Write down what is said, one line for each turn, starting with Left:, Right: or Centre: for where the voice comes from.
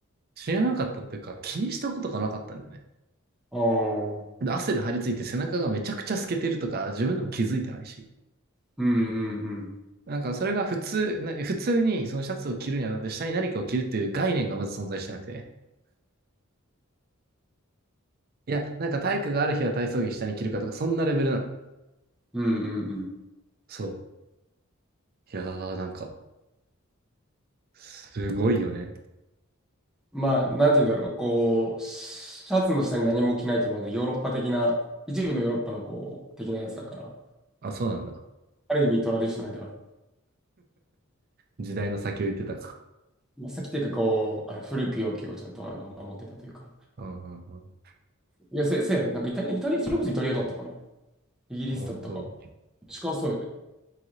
Right: 知らなかったっていうか、気にしたことがなかったんだよね。
Centre: ああ、うん
Right: で、汗で張り付いて背中がめちゃくちゃ透けてるとか、自分でも気づいてないし。
Centre: うんうん。
Right: なんか、それが普通、な普通にそのシャツを着るにあたって下に何かを着るっていう概念がまず存在してなくて。いや、なんか体育がある日は体操着下に着るかとか、そんなレベルなの。
Centre: うんうんうん。
Right: そう。いやー、なんか、すごいよね。
Centre: まあ、なんて言うんだろう、こう、シャツの下に何も着ないというまでヨーロッパ的な、一部のヨーロッパのこう、的なやつだから、
Right: あ、そうなんだ。
Centre: ある意味トラディショナルではある。
Right: 時代の先を言ってたか。
Centre: まあ、さっきというか、こう、あの古き良きをちゃんとあの守ってたというか。
Right: うんうんうん。
Centre: いや、せ、せやで、なんかイタリア、イタリア、それこそイタリアだったかな。イギリスだったか。
Right: 本当。
Centre: 近そうやで。